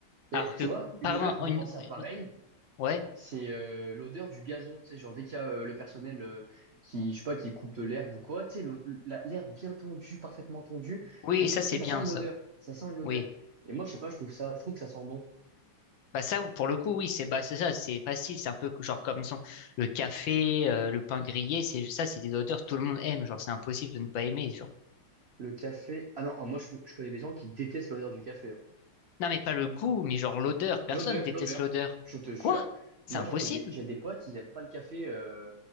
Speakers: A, on the right; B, on the left.
A: Et
B: Alors que,
A: tu vois, une
B: pardon,
A: odeur qui me fait
B: une...
A: penser à
B: une-
A: pareil.
B: ouais,
A: c'est euh, l'odeur du gazon, tu sais, genre dès qu'il y a euh, le personnel euh, qui, je sais pas, qui coupe de l'herbe ou quoi, tu sais, l'o- la- l'herbe bien tondue, parfaitement tondue,
B: oui,
A: pour moi,
B: ça
A: tu
B: c'est
A: sais, ça
B: bien,
A: sent une
B: ça,
A: odeur, ça sent une odeur.
B: oui.
A: Et moi, je sais pas, je trouve ça, je trouve que ça sent bon.
B: Bah ça, pour le coup, oui, c'est bah c'est ça, c'est facile, c'est un peu genre comme son le café, euh, le pain grillé, c'est ça, c'est des odeurs tout le monde aime, genre c'est impossible de ne pas aimer, genre.
A: Le café, ah non, moi, je, je connais des gens qui détestent l'odeur du café. hein.
B: Non mais pas le goût, mais genre l'odeur, personne
A: L'odeur,
B: déteste
A: l'odeur,
B: l'odeur.
A: je te jure.
B: Quoi? C'est
A: Moi,
B: impossible.
A: genre, j'ai des, j'ai des potes, ils aiment pas le café, euh,